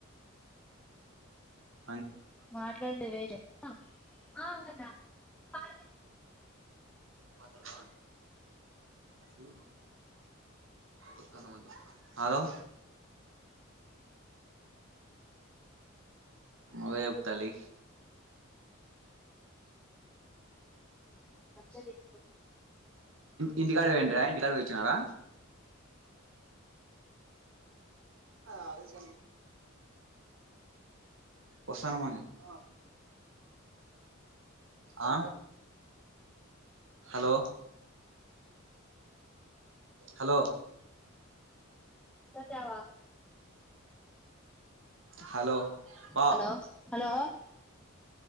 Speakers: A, on the right; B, in the centre.
A: చ
B: మాట్లాడి వెస్ట్ ఆ అవుద ప
A: మట్టాడ్తవా ఎవరూ ఒత్తనం అని చెప్పు హలో నువ్వే చెప్పు తల్లీ
B: వేస్ట్
A: ఇంటి కాడా పెండ్రరా ఇంటికాడు పోయి వచ్చినారా ఆడ తీసుకు వస్తున్న మని చెప్పు ఆ హలో హలో
B: తవా
A: హలో పా
B: హలో హలో